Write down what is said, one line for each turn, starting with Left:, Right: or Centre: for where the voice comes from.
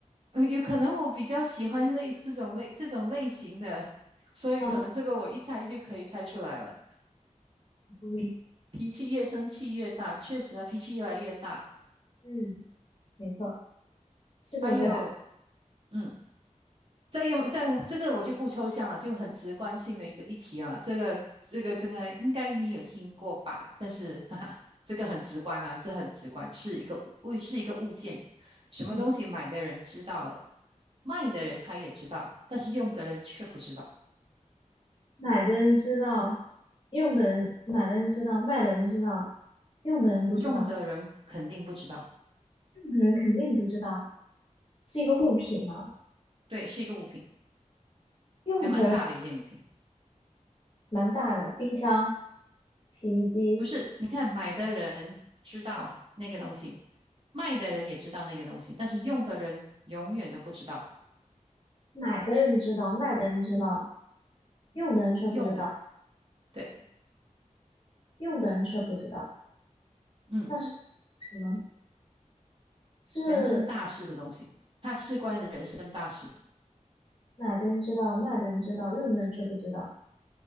Right: 嗯，有可能我比较喜欢类这种类这种类型的，所以可能这个我一猜就可以猜出来了。
Left: 啊，好聪明。
Right: 脾气越生气越大，确实啊，脾气越来越大。
Left: 嗯，没错，是正确的。
Right: 还有，嗯。再用再这个我就不抽象了，就很直观性的一个议题啊，这个这个这个应该你有听过吧？但是哈哈，这个很直观啊，这很直观，是一个物是一个物件，什么东西买的人知道了，
Left: 嗯，
Right: 卖的人他也知道，但是用的人却不知道，
Left: 买的人知道，用的人买的人知道，卖的人知道，用的人不知道，
Right: 用的人肯定不知道，
Left: 用的人肯定不知道，是一个物品吗？
Right: 对，是一个物品，
Left: 用的人
Right: 还蛮大的一件物品，
Left: 蛮大的，冰箱、洗衣机。
Right: 不是？你看买的人知道那个东西，卖的人也知道那个东西，但是用的人永远都不知道
Left: 买的人知道，卖的人知道，用的人却不知道，
Right: 用的。对。
Left: 用的人却不知道。
Right: 嗯，
Left: 但是什么是
Right: 人生大事的东西，它事关人生大事。
Left: 买的人知道，卖的人知道，用的人却不知道？